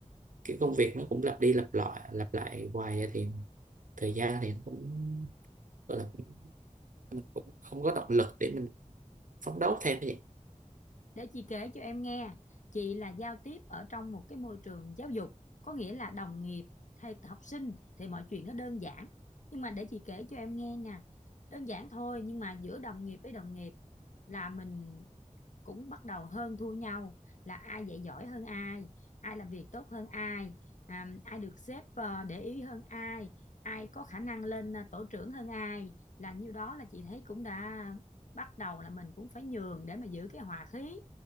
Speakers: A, on the right (about 85°); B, on the left (about 70°).
A: kiểu công việc nó cũng lặp đi lặp lại lặp lại hoài thì thời gian thì nó cũng gọi là cũng cũng không có động lực để mình phấn đấu thêm cái gì
B: để chị kể cho em nghe chị là giao tiếp ở trong một cái môi trường giáo dục có nghĩa là đồng nghiệp hay học sinh thì mọi chuyện nó đơn giản nhưng mà để chị kể cho em nghe nè đơn giản thôi nhưng mà giữa đồng nghiệp với đồng nghiệp là mình cũng bắt đầu hơn thua nhau là ai dạy giỏi hơn ai ai làm việc tốt hơn ai à, ai được sếp ờ, để ý hơn ai ai có khả năng lên ờ, tổ trưởng hơn ai là nhiêu đó là chị thấy cũng đã bắt đầu là mình cũng phải nhường để mà giữ cái hòa khí